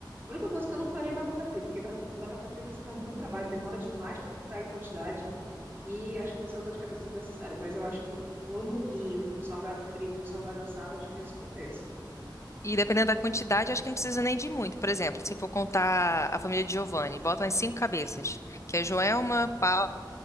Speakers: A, on the right; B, on the left.
A: A única coisa que eu não faria é batata frita, porque batata batata frita assim dá muito trabalho, demora demais pra fritar em quantidade. E acho que vai ser uma dor de cabeça desnecessária. Mas eu acho que o hamburguinho, o salgado frito e o salgado assado, acho que já se compensa.
B: E dependendo da quantidade, acho que não precisa nem de muito. Por exemplo, se for contar a família de Giovanni, bota umas cinco cabeças, que é Joelma, Paulo.